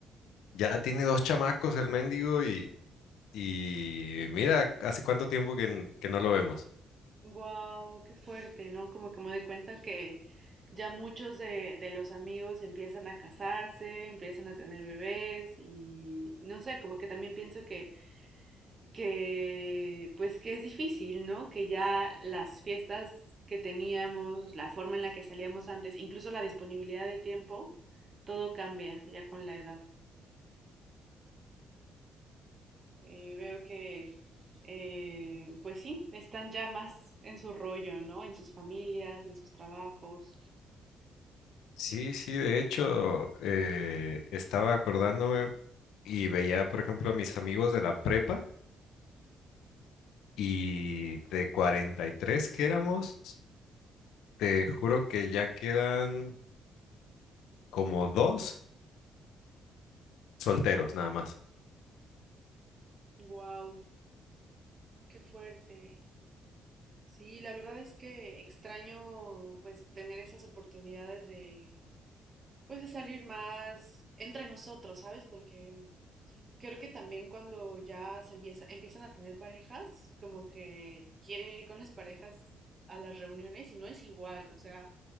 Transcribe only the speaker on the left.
ya tiene dos chamacos el mendigo y, y mira, hace cuánto tiempo que, n- que no lo vemos.
Sí, sí, de hecho, eh, estaba acordándome y veía, por ejemplo, a mis amigos de la prepa y de 43 que éramos. Te juro que ya quedan como dos solteros nada más.